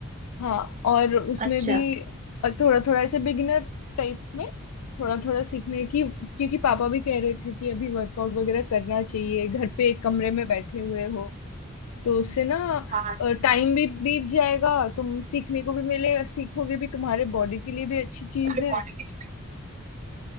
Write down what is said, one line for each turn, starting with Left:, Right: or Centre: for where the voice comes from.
Left: हाँ और उसमें
Right: अच्छा
Left: भी थोड़ा थोड़ा ऐसे बिगिनर टाइप में थोड़ा थोड़ा सीखने की क्योंकि पापा भी कह रहे थे कि अभी वर्कआउट वगैरह करना चाहिए घर पे एक कमरे में बैठे हुए हो तो उससे ना
Right: हाँ
Left: टाइम भी बीत जाएगा तुम सीखने को भी मिलेगा सीखोगे भी तुम्हारे बॉडी के लिए भी अच्छी चीज
Right: रिकॉर्डिंग
Left: है
Right: के लिए भी